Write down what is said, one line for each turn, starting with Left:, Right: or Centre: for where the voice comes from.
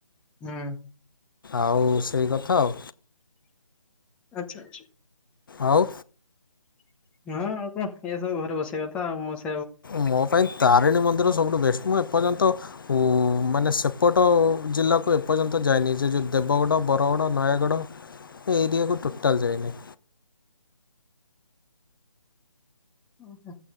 Centre: ହୁଁ।
Left: ଆଉ ସେଇ କଥା ଆଉ
Centre: ଆଚ୍ଛା ଆଛା।
Left: ଆଉ।
Centre: ହଁ ଆଉ କଣ ଏଇଆ ସବୁ ଘରେ ବସିବା କଥା ଆଉ ମୁଁ ସେ
Left: ମୋ ପାଇଁ ତାରିଣୀ ମନ୍ଦିର ସବୁଠୁ ବେଷ୍ଟ ମୁଁ ଏପର୍ଯ୍ୟନ୍ତ ମୁଁ ମାନେ ସେପଟ ଜିଲ୍ଲାକୁ ଏପର୍ଯ୍ୟନ୍ତ ଯାଇଏନି ଯେ ଦେବଗଡ଼, ବରଗଡ଼, ନୟାଗଡ଼ ସେ ଏରିିଆକୁ ଟୁଟାଲ ଯାଏନି।
Centre: ଓହୋ।